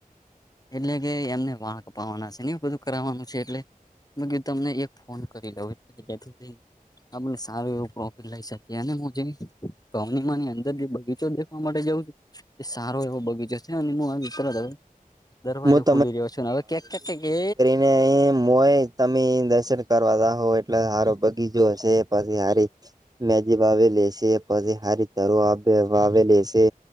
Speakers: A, on the left; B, on the right.
A: એટલે કે એમને વાળ કપવાના છે ને એ બધું કરવાનું છે એટલે મેં કીધુંતમને એક ફોન કરી લઉ <unintelligible> આપને સારું એવું પ્રોફિટ લઈ શકીએ અને હું જે <unintelligible> અંદર જે બગીચો માટે જવું એ સારો એવો બગીચો છે <unintelligible> દરવાજો
B: હું
A: ખોલી રહ્યો છેું ને હવે ક્યાક ક્યાકે
B: <inaudible> હોય તમે દર્શન કરવા જાહો એટલે હારો બગીચો હશે પછી સારી મેજી વાવેેલી શે પસે હારી તારું આપ બે વાવેેલી શે